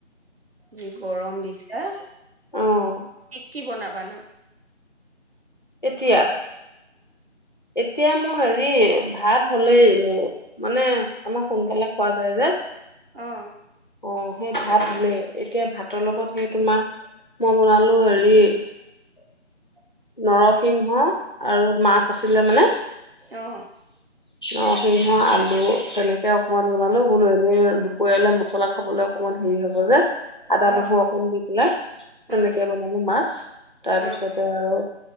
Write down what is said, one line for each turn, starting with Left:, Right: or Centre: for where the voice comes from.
Right: যি গৰম দিছে।
Left: অ'।
Right: কি বনাব নো?
Left: এতিয়া? এতিয়া মোৰ হেৰি ভাত হলেই মোৰ মানে আমাৰ সোনকালে খোৱা যায় যে
Right: অ
Left: অ' ভাত হ'লেই। এতিয়া ভাতৰ লগত সেই তোমাৰ মই বনালো হেৰি <inaudible> নৰসিংহ আৰু মাছ আছে ছিলে মানে
Right: অ
Left: অ' সি ম আলু তেনেকে অকমান বনালো বোলো এনেই পৰিয়ালে মছলা খাবলৈ অকমান হেৰি হব
Right: অ
Left: যে আদা
Right: অ অ
Left: নহৰু অকণ দি পেলাই তেনেকে
Right: উম
Left: বনালো মাছ তাৰপিছতে
Right: উম উম
Left: আৰু